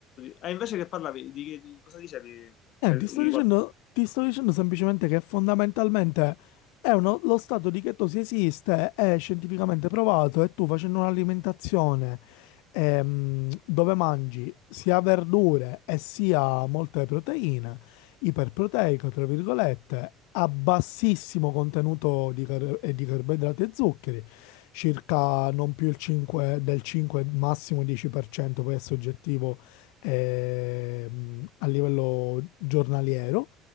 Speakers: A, on the left; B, on the left.
A: Ah, invece che parlavi, di, di cosa dicevi
B: Eh,
A: per-
B: ti
A: riguardo...
B: sto dicendo, ti sto dicendo semplicemente che fondamentalmente è uno- lo stato di chetosi esiste, è scientificamente provato e tu facendo un'alimentazione ehm, dove mangi sia verdure e sia molte proteine, iperproteica, tra virgolette, a bassissimo contenuto di, car- e di carboidrati e zuccheri, circa non più il 5, del 5, massimo 10%, poi è soggettivo ehm, a livello giornaliero,